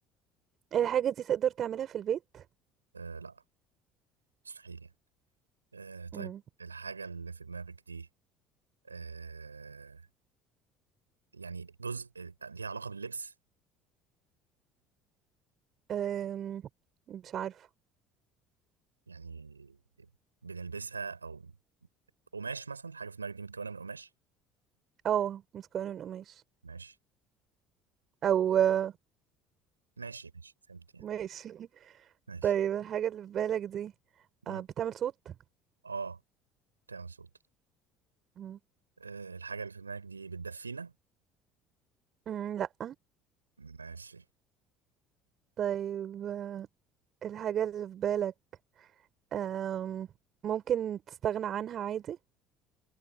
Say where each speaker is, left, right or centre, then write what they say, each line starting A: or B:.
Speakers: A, on the right (about 45°); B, on the right (about 85°).
A: الحاجة دي تقدر تعملها في البيت
B: آه لا مستحيل يعني آه طيب
A: مم.
B: الحاجة اللي في دماغك دي آه يعني جزء آه، ليها علاقة باللبس
A: أم، مش عارفة
B: يعني بنلبسها او قماش مثلا حاجة في دماغك دي متكونة من قماش
A: اه متكونة من قماش
B: ماشي
A: او آه،
B: ماشي ماشي فهمت يعني
A: ماشي <laughs>
B: ماشي
A: طيب الحاجة اللي في بالك دي
B: مم.
A: آه، بتعمل صوت
B: اه تمام صوت
A: مم.
B: آه الحاجة اللي في دماغك دي بتدفينا
A: مم، لأ
B: ماشي
A: طيب آه، الحاجة اللي في بالك آم، ممكن تستغنى عنها عادي